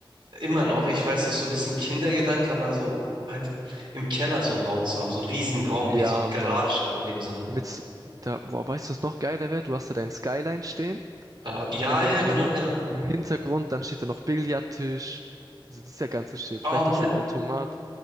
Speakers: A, on the right; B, on the right.
A: immer noch, ich weiß, das ist so ein bisschen Kindergedanke, aber so halt im Keller so einen Raum zu haben, so einen riesigen Raum,
B: Ja,
A: wie so eine Garage
B: Mann.
A: in dem Sinne.
B: Mit, s- da, boah, weißt du, was noch geiler wäre? Du hast da dein Skyline stehen,
A: Ah, ja,
B: im,
A: ja, ja,
B: im,
A: genau,
B: Hi-
A: genau.
B: im Hintergrund, dann steht da noch Billardtisch, Also dieser ganze Shit.
A: Oh
B: Vielleicht
A: Mann,
B: noch so ein Automat.